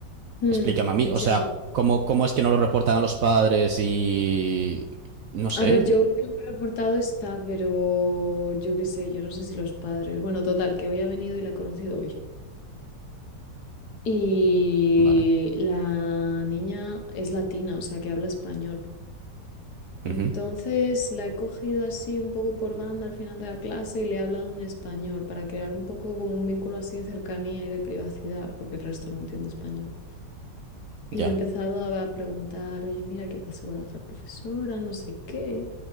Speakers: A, on the left (about 65°); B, on the right (about 70°).
A: mm,
B: explícame a mí, o sea,
A: ya.
B: ¿cómo, cómo es que no lo reportan a los padres y... No sé,
A: A ver, yo creo que reportado está, pero yo qué sé, yo no sé si los padres. Bueno, total, que hoy ha venido y la he conocido hoy. Y
B: vale.
A: la niña es latina, o sea, que habla español. Entonces
B: ujú,
A: la he cogido así un poco por banda al final de la clase y le he hablado en español para crear un poco como un vínculo así de cercanía y de privacidad, porque el resto no entiende español. Y
B: Ya.
A: le he empezado a preguntar, oye, mira, ¿qué pasó con la otra profesora? No sé qué.